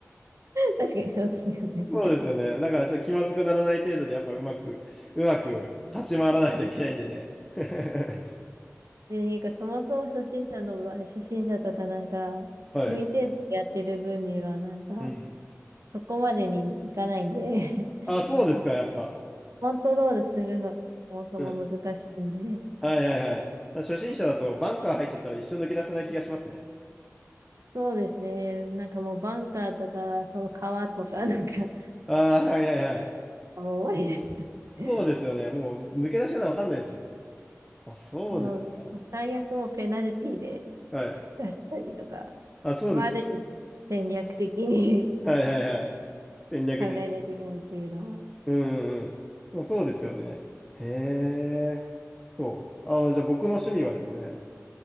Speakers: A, on the right; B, in the centre.
A: 確かにそうですよね。
B: そうですよね。だからちょっと気まずくならない程度で、やっぱうまく、うまく立ち回らないといけないんでね。<laughs>
A: で、いうか、そもそも初心者の場合、初心者とかなんか、趣味程度でやってる分には、
B: はい。
A: なんか、
B: うん。
A: そこまでにいかないんで
B: あ、そうですか、やっぱ。
A: <laughs> コントロールするのそもそも難しいんで、
B: うん。はいはいはい。初心者だとバンカー入っちゃったら一生抜け出せない気がしますね。
A: そうですね。なんかもうバンカーとか、その川とか、なんか <laughs>
B: ああ、はいはいはい。
A: もう終わりですよね。
B: そうですよね。
A: <laughs>
B: もう抜け出し方わかんないですもん。あ、そうですか。
A: もう最悪もうペナルティーで
B: はい。
A: だったりとか、
B: あ、そうです。
A: まあある意味戦略的に
B: はいはいはい。
A: <laughs>
B: 戦略的。
A: 考えないといけないっていうのは。
B: うんうん。まあそうですよね。へえ。そう。あの、じゃあ僕の趣味はですね、